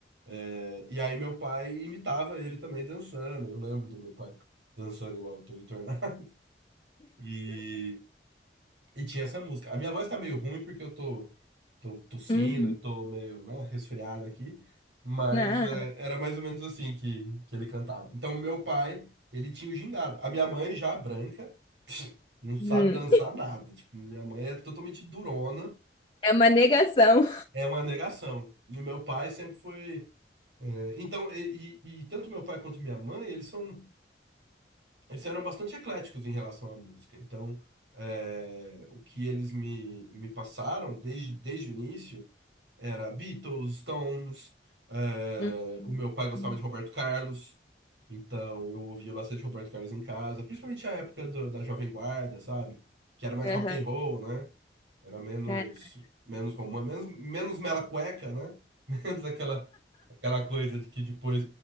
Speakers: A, on the right; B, on the left.
A: É, E aí meu pai imitava ele também dançando. Eu lembro do meu pai dançando igual o Tony Tornado. E, e tinha essa música. A minha voz tá meio ruim porque eu tô, tô tossindo
B: Hum,
A: e tô meio, né, resfriado aqui, mas
B: nada.
A: é, era mais ou menos assim que, que ele cantava. Então, meu pai, ele tinha o gingado. A minha mãe já branca, não
B: Hum,
A: sabe dançar nada. Tipo, minha mãe é totalmente durona,
B: é uma negação.
A: é uma negação. E o meu pai sempre foi. é, então, e, e- e tanto meu pai quanto minha mãe, eles são. eles eram bastante ecléticos em relação à música. Então, é, o que eles me, me passaram desde, desde o início era Beatles, Stones, é,
B: Hum,
A: o meu pai gostava
B: hum,
A: de Roberto Carlos, então eu ouvia bastante Roberto Carlos em casa, principalmente a época do- da Jovem Guarda, sabe? Que era mais
B: aham.
A: rock and roll, né? Era menos,
B: Cara,
A: menos romântico, menos, menos mela cueca, né? <laughs> Menos aquela, aquela coisa de que depois.